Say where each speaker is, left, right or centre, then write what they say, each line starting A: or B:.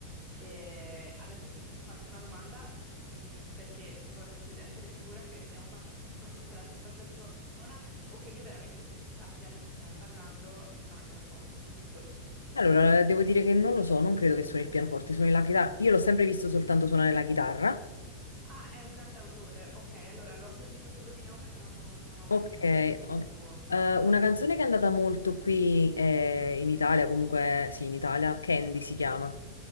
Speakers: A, on the right; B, on the left.
A: Eh, adesso ti, ti faccio una domanda, mh, perché voglio si- essere sicura che stiamo parlando <laughs> della stessa persona o che io veramente sappia di chi stiamo parlando, suona il pianoforte, giusto?
B: Allora, devo dire che non lo so, non credo che suoni il pianoforte, suoni la chitarra. Io l'ho sempre visto soltanto suonare la chitarra.
A: Ah, è un cantautore, ok, allora l'ho sentito solo di nome, però non, non ho
B: Ok,
A: mai sentito niente
B: ok.
A: di suo.
B: Eh, una canzone che è andata molto qui eh, in Italia, comunque sì, in Italia, Candy si chiama.